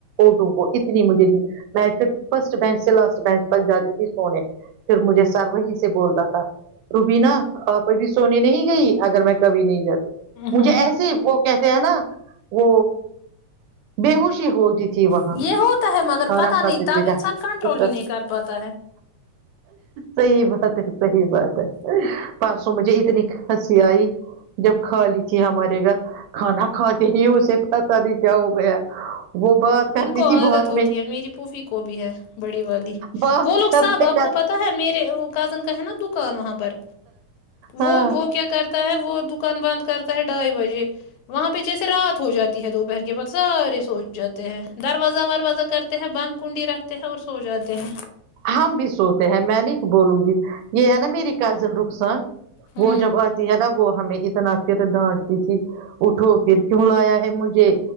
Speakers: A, on the right; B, on the left.
A: اٹوں کو اتنی مجھے ن میں خود فرسٹ بینچ سے لاسٹ بینچ تک جاتی تھی سونے پھر مجھے سر وہی سے بولتا تھا روبینا آپ ابھی سونے نہیں گئی اگر میں کبھی نہیں جاتی
B: ہوں
A: مجھے ایسے ھی و کھیتی حینا و بیہوش ہوتی تھی وہاں
B: یہ ہوتا ہے مگر
A: کھانا
B: پتا
A: کھاتے
B: نہیں تب
A: تھے نا
B: انسان کنٹرول
A: پیر
B: ہی نہیں کر پاتا ہے
A: سحی بات ہے سحی بات ہے پر مجھے اتنی ہنسی آئی جب کھا لی تھی ہمارے گھر کھانا کھاتے ہی اسے پتا نہیں کیا ہو گیا وہ بات کرتی
B: ان کو
A: تھی
B: عادت
A: بہت
B: ہوتی ہے میری پوفی کو بھی ہے بڑی والی
A: بات
B: وہ لوگ
A: کرتے
B: سب آپ
A: کرتے
B: کو پتا ہے میرے کاوشیں کا ہے نا دکان وہاں پر
A: ہاں
B: وہ وہ کیا کرتا ہے وہ دکان بند کرتا ہے ڈھائی بجے وہاں پہ جیسے رات ہو جاتی ہے دوپہر کے سارے سوچ جات دروازہ وروازہ کرتے ہیں بند کنڈی رکھتے ہیں اور سو جاتے ہیں
A: ہم بھی سوتے ہیں میں نہیں بولوں گی یہ ہے نا میری کزن رک
B: ہوں
A: <unintelligible> وہ جب آتی ہے نا وہ ہمیں اتنا پھر ڈانٹتی تھی اٹھو پھر کیوں لایا ہے مجھے